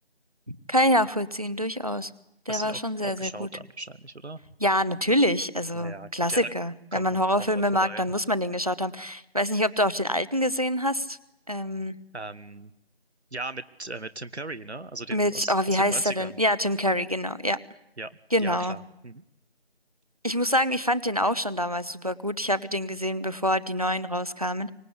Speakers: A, on the right (about 35°); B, on the right (about 80°).
A: kann ich nachvollziehen, durchaus. Der
B: Hast
A: war
B: du ihn auch,
A: schon sehr,
B: auch geschaut
A: sehr gut.
B: dann wahrscheinlich, oder?
A: Ja, natürlich. Also
B: Naja,
A: Klassiker.
B: gut, ja, da kommt
A: Wenn man
B: man
A: Horrorfilme
B: kaum dran vorbei.
A: mag, dann muss man den geschaut haben. Ich weiß nicht, ob du auch den alten gesehen hast. Ähm,
B: Ähm, ja, mit, äh, mit Tim Curry, ne? Also den
A: mit,
B: aus,
A: oh, wie
B: aus den
A: heißt
B: Neunzigern
A: er denn? Ja, Tim Curry, genau. Ja,
B: Ja,
A: genau.
B: ja, klar. Mhm.
A: Ich muss sagen, ich fand den auch schon damals super gut. Ich habe den gesehen, bevor die neuen rauskamen.